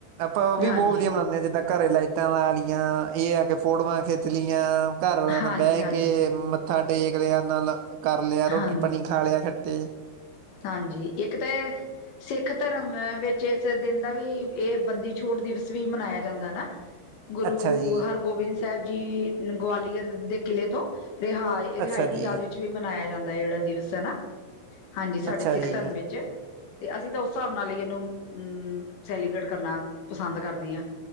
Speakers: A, on the right; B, on the left.
A: ।ਆਪਾਂ ਉਹ ਵੀ
B: ਹਾਂਜੀ।
A: ਬਹੁਤ ਵਧੀਆ ਮਨਾਨੇ ਜਿੱਦਾਂ ਘਰੇ ਲਾਈਟਾਂ ਲਾ ਲਈਆਂ, ਇਹ ਆ ਕੇ ਫੋਟੋਆਂ ਖਿੱਚ ਲਈਆਂ। ਘਰ ਵਾਲਿਆਂ ਨਾਲ
B: ਹਾਂਜੀ
A: ਬਹਿ
B: ਹਾਂਜੀ
A: ਕੇ ਮੱ ਮੱਥਾ ਟੇਕ ਨਾਲ ਕਰ ਲਿਆ
B: ਹਾਂ
A: ਰੋਟੀ ਪਾਣੀ ਖਾ ਲਿਆ ਕੱਠੇ
B: ਹਾਂਜੀ। ਇੱਕ ਤੇ ਸਿੱਖ ਧਰਮ ਵਿੱਚ ਇਸ ਦਿਨ ਦਾ ਵੀ ਇਹ ਬੰਦੀ ਛੋੜ ਦਿਵਸ ਵੀ ਮਨਾਇਆ ਜਾਂਦਾ ਨਾ। ਗੁਰੂ
A: ਅੱਛਾ ਜੀ
B: ਹਰਗੋਬਿੰਦ ਸਿੰਘ ਸਾਹਿਬ ਜੀ ਗਵਾਲੀਅਰ ਦੇ ਕਿਲ੍ਹੇ ਤੋਂ ਰਿਹਾਈ ਏ ਰਿਹਾਈ
A: ਅੱਛਾ
B: ਦੀ
A: ਜੀ
B: ਯਾਦ ਵਿੱਚ ਵੀ ਮਨਾਇਆ ਜਾਂਦਾ ਇਹ ਜਿੜਾ ਦਿਵਸ ਹੈ ਨਾ ਹਾਂਜੀ ਸਾਡੇ
A: ਅੱਛਾ
B: ਸਿੱਖ
A: ਜੀ
B: ਧਰਮ ਵਿੱਚ ਤੇ ਅਸੀਂ ਤਾਂ ਉਸ ਹਿਸਾਬ ਨਾਲ ਹੀ ਇਹਨੂੰ ਅਮ ਸੈਲੀਬ੍ਰੇਟ ਕਰਨਾ ਪਸੰਦ ਕਰਦੇ ਹਾਂ।